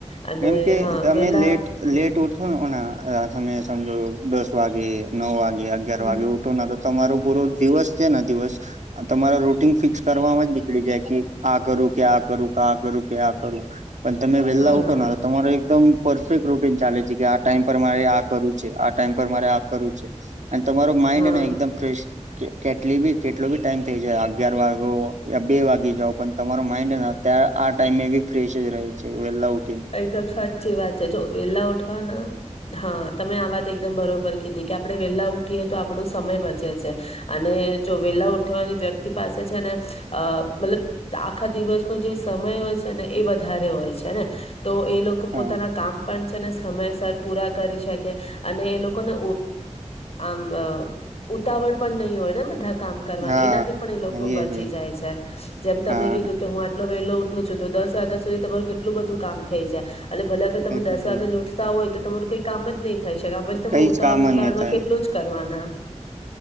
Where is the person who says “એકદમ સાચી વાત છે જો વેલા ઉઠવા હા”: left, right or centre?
Left